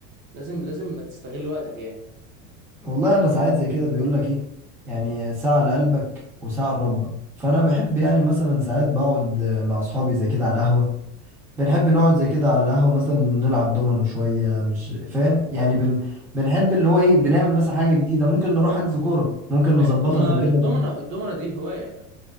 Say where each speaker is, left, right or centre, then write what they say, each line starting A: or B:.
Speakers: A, on the right (about 40°); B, in the centre.
A: لازم لازم تستغل وقتك يعني
B: والله انا ساعات زي كده بيقول لك ايه يعني ساعة لقلبك وساعة لربك فانا بحب يعني مثلا ساعات بقعد آه، مع اصحابي زي كده على القهوة ده نحب نقعد زي كده على القهوة مثلا نلعب دومينو شوية مش فاهم يعني بن... بنحب اللي هو ايه بنعمل مثلا حاجة جديدة ممكن نروح حجز كورة ممكن نظبطها
A: إيه، طب ما
B: زي كده
A: الدومنة
B: ونروح-
A: الدومنة دي هواية آه،